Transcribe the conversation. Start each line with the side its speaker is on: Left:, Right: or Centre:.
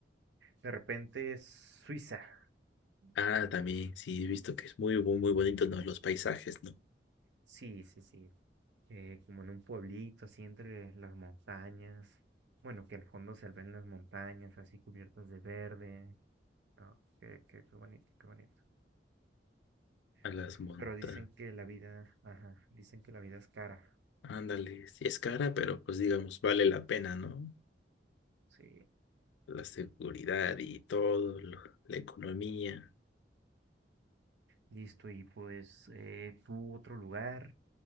Right: de repente Suiza.
Left: Ah,
Right: Mm,
Left: también, sí, he visto que es muy, muy, muy bonito, ¿no? Los paisajes, ¿no?
Right: Sí, sí, sí. eh, como en un pueblito, así entre las montañas. Bueno, que al fondo se ven las montañas, así cubiertas de verde. Ah, qué, qué, qué bonito, qué bonito.
Left: A las
Right: Mm,
Left: montañas.
Right: Pero dicen que la vida, ajá, dicen que la vida es cara.
Left: Ándale, sí es cara, pero pues digamos, vale la pena, ¿no?
Right: Sí,
Left: La seguridad y todo, lo- la economía.
Right: listo. Y pues, eh, tú otro lugar.